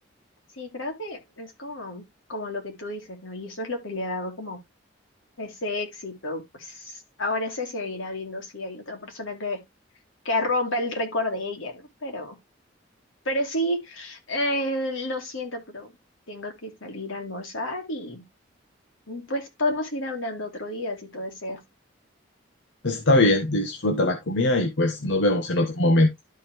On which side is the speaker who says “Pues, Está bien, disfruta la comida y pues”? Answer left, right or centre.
Left